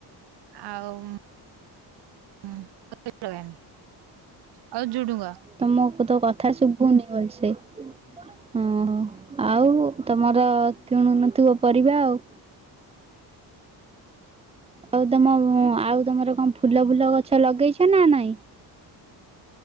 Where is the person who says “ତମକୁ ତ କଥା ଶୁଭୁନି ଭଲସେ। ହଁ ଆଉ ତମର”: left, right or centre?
Right